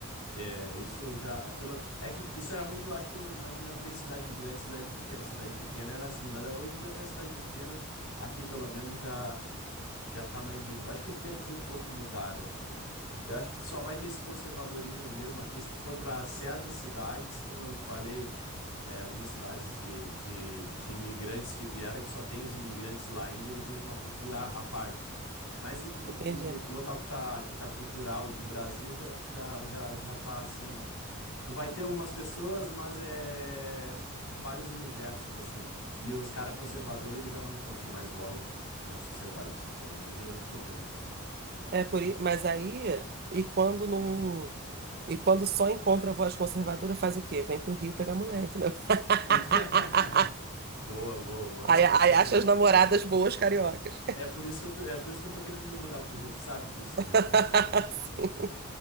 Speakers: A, on the left (about 80°); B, on the right (about 45°).
A: é, isso já, é pelo, é que isso era muito, acho que no- na dinâmica de cidade grande, e cidade pequena, cidade pequena era assim, mas ah, hoje em dia até cidade pequena, aqui pelo menos já, já tá mais de boa, acho que os tempos um pouco mudaram, assim, eu acho que só vai ter esse conservadorismo mesmo aqui, se tu for para certas cidades, como eu te falei, é, algumas cidades de, de, de imigrantes que vieram, que só tem os imigrantes lá ainda, e eles vivem uma cultura à à parte. Mas o, o
B: Entende?
A: lo- local que tá, que tá cultural do Brasil já, já, já, já tá assim. Tu vai ter algumas pessoas, mas é, é vários universos assim. E os caras conservadores, eles já não encontram mais voz em- na sociedade, sim, pelo menos é o que eu penso.
B: É por i- Mas aí, e quando não. E quando só encontra a voz conservadora, faz o quê? Vem pro Rio pegar mulher, entendeu? <laughs>
A: <laughs> Boa, boa, boa. Não,
B: Aí,
A: com
B: aí
A: certeza.
B: acha as namoradas boas cariocas.
A: É por isso que eu tô, é por isso que eu tô querendo me mudar pro Rio, tu sabe disso,
B: <laughs>
A: né?
B: Sim.